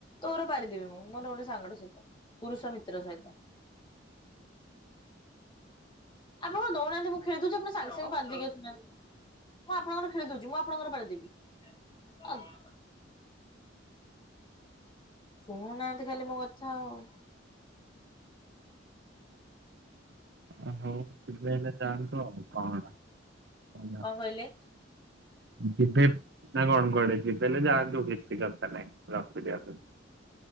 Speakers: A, on the left; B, on the right.
A: ତୋର ପାରିଦେବି ମୁଁ, ମୋର ଗୋଟେ ସାଙ୍ଗ ସହିତ ପୁରୁଷ ମିତ୍ର ସହିତ। ଆପଣ ଦଉନାହାନ୍ତି ମୁଁ ଖେଳି ଦଉଛି, ଆପଣ ସାଙ୍ଗେ ସାଙ୍ଗେ ପାରି ଦେଇକି ଆସୁନାହାନ୍ତି। ମୁଁ ଆପଣଙ୍କର ଖେଳିଦଉଛି, ମୁଁ ଆପଣଙ୍କର ପାରିଦେବି ଆଉ ଶୁଣୁନାହାନ୍ତି ଖାଲି ମୋ କଥା ଆଉ।
B: ଆ ହଉ ସେଥିପାଇଁ ହେଲେ ଯାଆନ୍ତୁ, ଆଉ କଣ ହେଲା।
A: କଣ କହିଲେ
B: ଯିବେ ବ୍ ନା କଣ କୁଆଡ଼େ ଯିବେ ନା, ଯେ ଯାଆନ୍ତୁ କିଛି କଥା ନାହିଁ ରଖି ଦିଅନ୍ତୁ।